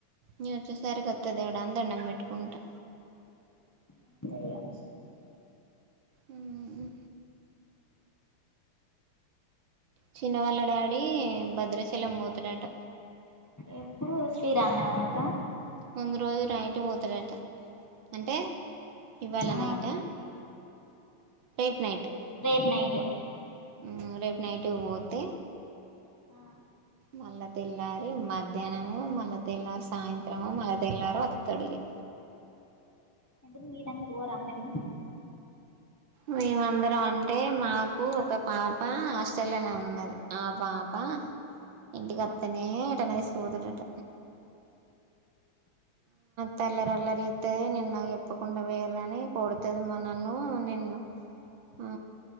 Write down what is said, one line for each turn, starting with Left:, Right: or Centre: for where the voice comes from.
Right: నేన్ వచ్చేసరికి ఒత్త దేవుడా అని దండం పెట్టుకుంటా
Left: అంతేగా మరి
Right: ఊ ఉ చిన్న వాళ్ళ డాడీ భద్రాచలం పోతడట
Left: ఎప్పుడు శ్రీరామనవమ్ కా
Right: ముందు రోజు రైట్ పోతారట అంటే ఇవ్వాల
Left: ఆ
Right: నైట రేపు నైట్
Left: రేపు నైట్
Right: ఊ రేపు నైట్ పోతే
Left: ఆ
Right: మళ్ళా తెల్లారి మధ్యాహ్నమో మళ్ళా తెల్లారి సాయంత్రమో మళ్ళా తెల్లారి వత్తడిగా
Left: ఎందుకు మీరందరు పోరా మరి
Right: మేమందరం అంటే మాకు ఒకప్ పాప ఆస్టలనే ఉన్నది ఆ పాప పాప ఇంటికి
Left: ఆ
Right: అతనే ఎటన్న తీసుకపోతడట తల్లర అల్లరి ఏతది నేన్ నాకు చెప్పకుండా వేరని కొడుతది మా నన్ను నిన్ను ఆ